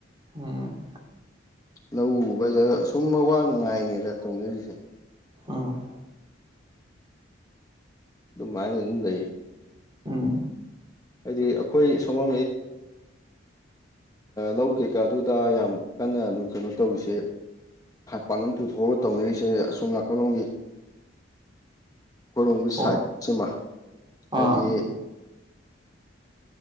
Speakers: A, on the right (about 25°); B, on the left (about 20°).
A: ꯎꯝ
B: ꯂꯧ ꯎꯕ ꯍꯥꯏꯁꯦ ꯁꯨꯝ ꯑꯋꯥ ꯅꯨꯡꯉꯥꯏꯅꯦꯅ ꯇꯧꯅꯔꯤꯁꯦ
A: ꯎꯝ
B: ꯑꯗꯨꯝ ꯃꯥꯏ ꯑꯗꯨꯝ ꯂꯩꯌꯦ
A: ꯎꯝ
B: ꯍꯥꯏꯗꯤ ꯑꯩꯈꯣꯏ ꯁꯣꯝ ꯂꯧ ꯀꯩꯀꯥ ꯑꯗꯨꯗ ꯌꯥꯝ ꯀꯟꯅ ꯑꯗꯨꯝ ꯀꯩꯅꯣ ꯇꯧꯔꯤꯁꯦ ꯄꯥꯡꯒꯜ ꯄꯨꯊꯣꯛꯑꯒ ꯇꯧꯅꯔꯤꯁꯦ ꯑꯁꯣꯝ ꯅꯥꯀꯜꯂꯣꯝꯒꯤ ꯀꯣꯂꯣꯝꯒꯤ
A: ꯍꯣꯏ
B: ꯁꯥꯏꯠꯁꯤꯃ ꯍꯥꯏꯗꯤ
A: ꯑꯥ